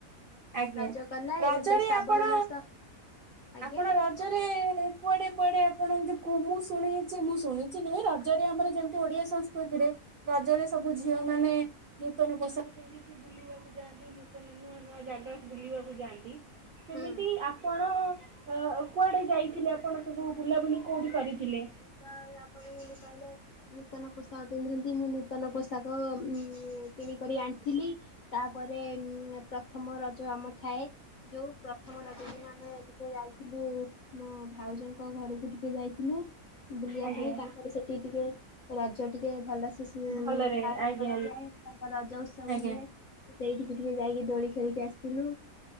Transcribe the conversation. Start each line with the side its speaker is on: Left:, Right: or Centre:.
Right: ଆଜ୍ଞା
Left: ରଜ ଗଲା
Right: ରଜରେ
Left: ଏବେ ଶ୍ରାବଣ
Right: ଆପଣ
Left: ମାସ ଆଜ୍ଞା
Right: ଆପଣ ରଜରେ କୁଆଡେ କୁଆଡେ ଆପଣ ଜାଗାକୁ ମୁଁ ଶୁଣଛି ମୁଁ ଶୁଣିଛି ନୁହେଁ ରଜରେ ଆମର ଯେମିତି ଓଡିଆ ସଂସ୍କୃତିରେ ରଜରେ ସବୁ ଝିଅମା ମାନେ ନୂତନ ପୋଷାକ ପିନ୍ଧିକି ବୁଲିବାକୁ ଯାଆନ୍ତି ନୂତନ ନୂଆ ନୂଆ ଜାଗ ଗାକୁ ବୁଲିବାକୁ ଯାଆନ୍ତି ସେମିତି
Left: ହୁଁ ମୁଁ
Right: ଆପ ଆପଣ ଅ କୁଆଡେ ଯାଇଥିଲେ ଆପଣ ସବୁ ବୁଲାବୁଲି କୋଉଠି କରିଥିଲେ?
Left: ମୁଁ ତ ଆପଣ ଯେମିତି କହିଲେ ନୂତନ ପୋଷାକ ପିନ୍ଧନ୍ତି ମୁଁ ନୂତନ ପୋଷାକ ଉଁ କିଣିକରି ଆଣିଥିଲି ତାପରେ ଉଁ ପ୍ରଥମ ରଜ ଆମର ଥାଏ ଯୋଉ ପ୍ର ପ୍ରଥମ ରଜ ଦିନ ଆମେ ଟିକେ ଯାଇଥିଲୁ, ମୋ ଭାଉଜଙ୍କ ଘରକୁ ଟିକେ ଯାଇଥିଲୁ। ବୁଲିବା
Right: ଆଜ୍ଞା
Left: ପାଇଁ ତାଙ୍କର ସେଠି ଟିକେ ରଜ ଟିକେ ଭଲସେ ସିମ୍
Right: ଭଲରେ
Left: ପାଳନ
Right: ଆଜ୍ଞା
Left: କରାଯାଏ। ତାଙ୍କ ରଜ ଉତ୍ସବ
Right: ଆଜ୍ଞା।
Left: ହୁଏ ତ ସେଇଠିକି ଟିକେ ଯାଇକି ଦୋଳି ଖେଳିକି ଆସି ଥିଲୁ